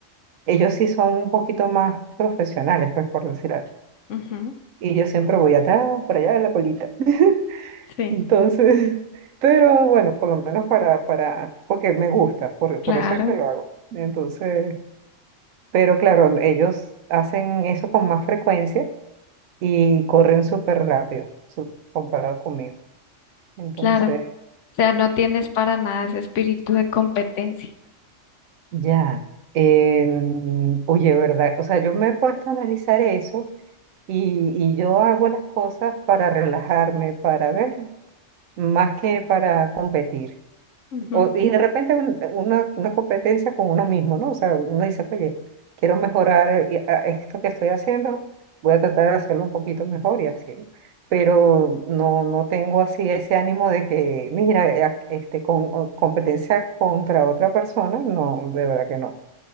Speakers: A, on the right (about 90°); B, on the left (about 70°).
A: Ellos sí son un poquito más profesionales, pues por decir algo.
B: Ujú,
A: Y yo siempre voy atrás, para allá en la colita. <laughs>
B: Sí.
A: Entonces, pero bueno, por lo menos para, para, porque me gusta, por, por
B: Claro,
A: eso es que lo hago. Entonces, pero claro, ellos hacen eso con más frecuencia y corren súper rápido su- comparado conmigo. Entonces,
B: claro. O sea, no tienes para nada ese espíritu de competencia.
A: ya, em, oye, ¿verdad? O sea, yo me he puesto a analizar eso y, y yo hago las cosas para relajarme, para ver, más que para competir.
B: Ujú.
A: O- y de repente un- una, una competencia con uno mismo, ¿no? O sea, uno dice, oye, quiero mejorar eh, a- esto que estoy haciendo, voy a tratar de hacerlo un poquito mejor y así, ¿no? Pero no, no tengo así ese ánimo de que, mira, eh, ac- este, con o competencia contra otra persona, no, de verdad que no.